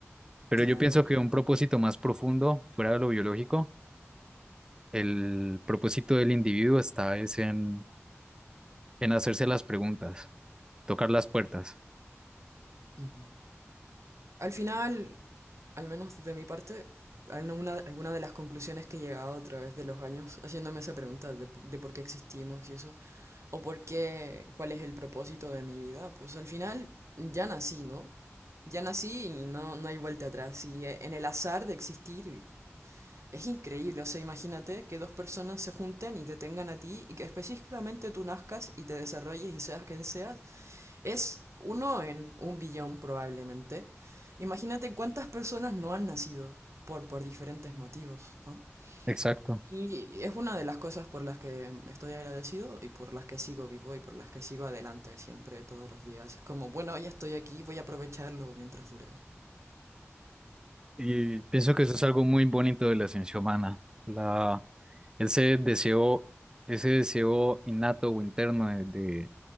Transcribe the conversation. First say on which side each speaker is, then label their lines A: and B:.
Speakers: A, on the right; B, on the right.
A: Pero
B: claro.
A: yo pienso que un propósito más profundo, fuera de lo biológico, el propósito del individuo está es en, en hacerse las preguntas, tocar las puertas.
B: Ujú. Al final, al menos de mi parte, al- no una- alguna de las conclusiones que he llegado a través de los años haciéndome esa pregunta de, po- de por qué existimos y eso, o por qué, cuál es el propósito de mi vida, pues al final ya nací, ¿no? Ya nací y no, no hay vuelta atrás. Y eh, en el azar de existir Es increíble, o sea, imagínate que dos personas se junten y te tengan a ti y que específicamente tú nazcas y te desarrolles y seas quien seas. Es uno en un billón probablemente. Imagínate cuántas personas no han nacido por, por diferentes motivos, ¿no?
A: Exacto.
B: Y es una de las cosas por las que estoy agradecido y por las que sigo vivo y por las que sigo adelante siempre, todos los días. Es como, bueno, ya estoy aquí, voy a aprovecharlo mientras dure.
A: Y pienso que eso es algo muy bonito de la ciencia humana, la, ese deseo, ese deseo innato o interno de, de,